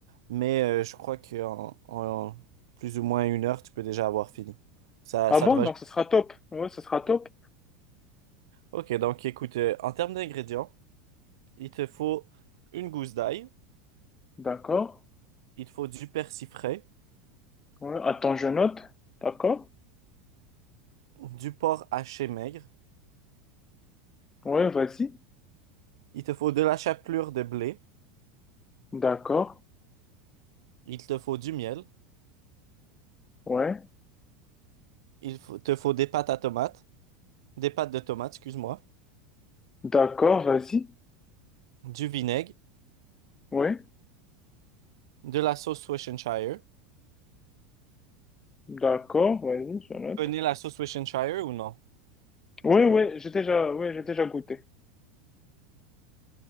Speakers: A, on the right; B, on the left.
A: mais euh, je crois qu'en en plus ou moins une heure, tu peux déjà avoir fini. Ça,
B: Ah
A: ça
B: bon?
A: te va.
B: Donc ce sera top. Ouais, ce sera top.
A: Ok, donc écoute, euh, en termes d'ingrédients, il te faut une gousse d'ail.
B: D'accord.
A: Il te faut du persil frais,
B: Ouais, attends, je note. D'accord.
A: du porc haché maigre,
B: Ouais, vas-y.
A: il te faut de la chapelure de blé,
B: D'accord,
A: il te faut du miel,
B: ouais.
A: il faut- te faut des pâtes à tomates, des pâtes de tomates, excuse-moi,
B: D'accord, vas-y.
A: du vinaigre,
B: Ouais.
A: de la sauce Worcestershire.
B: D'accord, vas-y, je note.
A: Prenez la sauce Worcestershire ou non?
B: Oui, oui. j'ai déjà, ouais, j'ai déjà goûté.